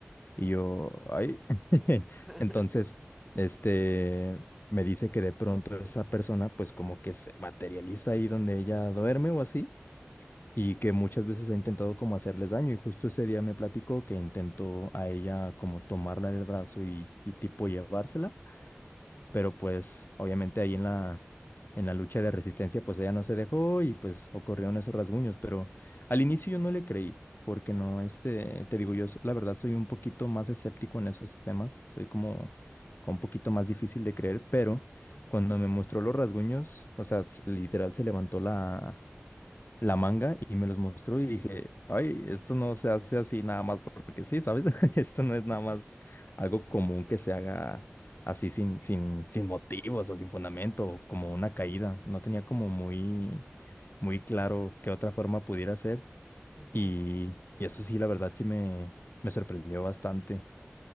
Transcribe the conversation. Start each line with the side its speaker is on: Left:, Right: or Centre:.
Left: Y yo, ay, <laughs>
Centre: Ujú. <laughs>
Left: entonces, este, me dice que de pronto esa persona pues como que se materializa ahí donde ella duerme o así, y que muchas veces ha intentado como hacerles daño. Y justo ese día me platicó que intentó a ella como tomarla del brazo y, y tipo llevársela
Centre: Ujú,
Left: pero pues obviamente ahí en la, en la lucha de resistencia, pues ella no se dejó y pues ocurrieron esos rasguños, pero al inicio yo no le creí, porque no, este, te digo, yo s- la verdad soy un poquito más escéptico en esos temas, soy como, como un poquito más difícil de creer, pero
Centre: ujú,
Left: cuando me mostró los rasguños, o sea, s- literal se levantó la la manga y me los mostró y dije, ay, esto no se hace así nada más porque sí, ¿sabes? <laughs> Esto no es nada
Centre: ujú,
Left: más algo común que se haga así sin, sin, sin motivos o sin fundamento, o como una caída. No tenía como muy, muy claro qué otra forma pudiera ser
Centre: ujú.
Left: y, y eso sí, la verdad sí me, me sorprendió bastante.